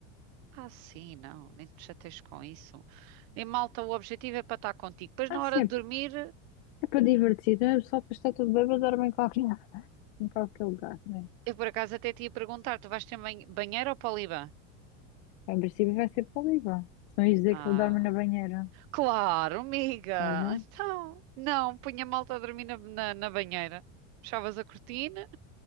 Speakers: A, on the right; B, on the left.
A: Ah, sim, não. Nem te chateies com isso. E malta, o objetivo é para estar contigo. Depois,
B: Ah,
A: na
B: sim,
A: hora
B: é,
A: de
B: p-
A: dormir,
B: é para divertir, não é só para estar tudo bem, mas dorme em qualquer, <laughs> em qualquer lugar, né?
A: eu por acaso até te ia perguntar: tu vais ter ban- banheiro ou poliban?
B: Em princípio vai ser para o Líbano. Se não ia dizer
A: Ah,
B: que eu dorme na banheira.
A: claro, amiga.
B: Olha,
A: Então, não, punha a malta a dormir na, na, na banheira. Fechavas a cortina.